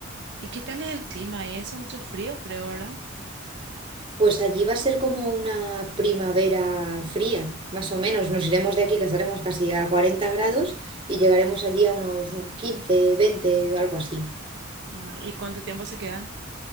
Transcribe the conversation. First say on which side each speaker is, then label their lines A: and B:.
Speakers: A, on the right; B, on the right.
A: ¿Y qué tal es el clima? Ahí hace mucho frío, creo, ¿verdad?
B: Pues allí va a ser como una primavera fría, más o menos. Nos iremos de aquí, que estaremos casi a 40 grados, y llegaremos allí a unos 15 20 o algo así.
A: Ah, ¿y cuánto tiempo se quedan?